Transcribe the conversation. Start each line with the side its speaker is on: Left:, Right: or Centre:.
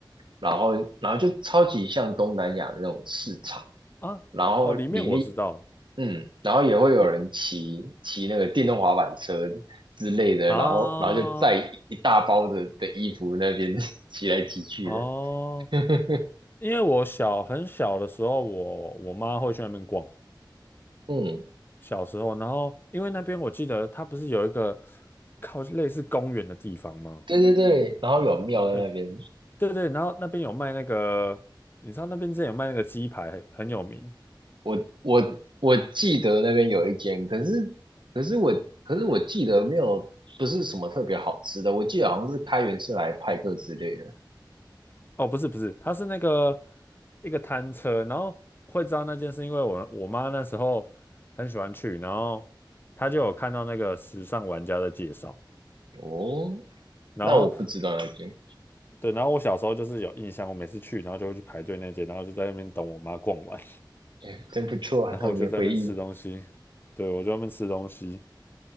Right: 然后然后就超级像东南亚的那种市场，
Left: 啊，
Right: 然后里面
Left: 哦，里面我知道，
Right: 嗯，然后也会有人骑骑那个电动滑板车
Left: 你
Right: 之类的，
Left: 啊，
Right: 然后然后就载一一大包的的衣服那边 <laughs> 骑来骑去的。
Left: 哦，
Right: <laughs>
Left: 因为我小很小的时候，我我妈会去那边逛，
Right: 嗯，
Left: 小时候，然后因为那边我记得它不是有一个靠类似公园的地方吗？
Right: 对对对，然后有庙在那边，
Left: 对对对，然后那边有卖那个，你知道那边之前有卖那个鸡排，很有名，
Right: 我我我记得那边有一间，可是可是我可是我记得没有，不是什么特别好吃的，我记得好像是开元社来派克之类的。
Left: 哦，不是不是，它是那个一个摊车，然后会知道那件事，因为我我妈那时候很喜欢去，然后她就有看到那个时尚玩家的介绍，
Right: 哦，
Left: 然后
Right: 那我不知道那间，
Left: 对，然后我小时候就是有印象，我每次去，然后就会去排队那间，然后就在那边等我妈逛完，
Right: 哎，真不错啊，
Left: <laughs> 然后我就在那边吃东西，
Right: 童年回忆。
Left: 对，我就在那边吃东西，